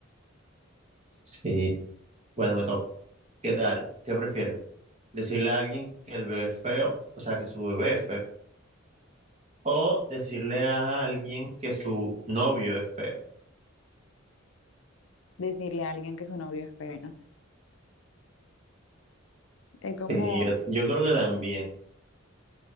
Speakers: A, on the right (about 30°); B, on the left (about 70°).
A: Sí, bueno, me toca. ¿Qué tal? ¿Qué prefieres? ¿Decirle a alguien que el bebé es feo, o sea, que su bebé es feo? ¿O decirle a alguien que su novio es feo?
B: Decirle a alguien que su novio es feo, ¿no? Es como,
A: Sí, yo, yo creo que también.